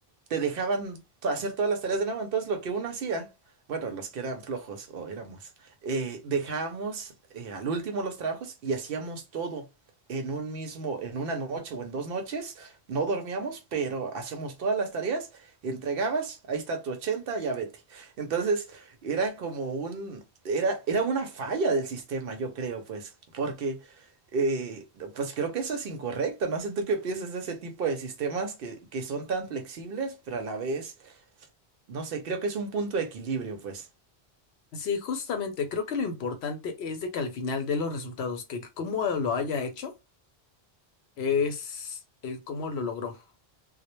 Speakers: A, on the right; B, on the left.
A: te dejaban to- hacer todas las tareas de nuevo. Entonces lo que uno hacía, bueno, los que eran flojos o éramos, eh, dejábamos eh, al último los trabajos y hacíamos todo en un mismo, en una noche o en dos noches. No dormíamos, pero hacíamos todas las tareas, entregabas, ahí está tu ochenta ya vete. Entonces era como un... Era, era una falla del sistema, yo creo, pues, porque eh, pues creo que eso es incorrecto. No sé tú qué piensas de ese tipo de sistemas que, que son tan flexibles, pero a la vez, no sé, creo que es un punto de equilibrio, pues.
B: sí, justamente creo que lo importante es de que al final de los resultados, que cómo lo haya hecho es el cómo lo logró.